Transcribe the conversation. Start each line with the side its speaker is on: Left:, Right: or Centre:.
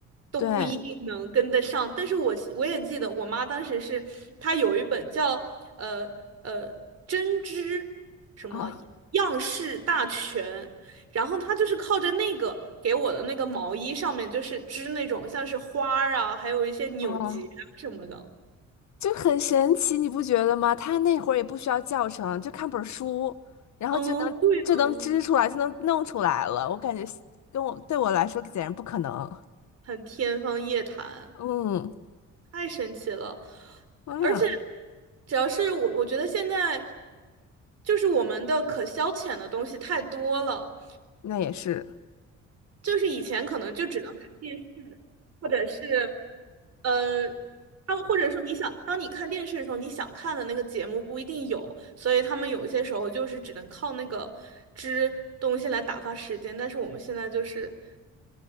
Right: 都不一定能跟得上。
Left: 对，
Right: 但是我我也记得，我妈当时是她有一本叫呃呃针织什么样式大全，
Left: 啊，
Right: 然后她就是靠着那个给我的那个毛衣上面，就是织那种像是花儿啊，还有一些扭结啊什么的。
Left: 哦。就很神奇，你不觉得吗？他那会儿也不需要教程，就看本儿书，然后就能就能织出来，
Right: 嗯，对啊。
Left: 就能弄出来了。我感觉跟我对我来说简直不可能。
Right: 很天方夜谭，
Left: 嗯，
Right: 太神奇了。
Left: 哎呀，
Right: 而且，主要是我，我觉得现在就是我们的可消遣的东西太多了，
Left: 那也是，
Right: 就是以前可能就只能看电视，或者是呃，他们或者说你想，当你看电视的时候，你想看的那个节目不一定有，所以他们有一些时候就是只能靠那个支东西来打发时间，但是我们现在就是。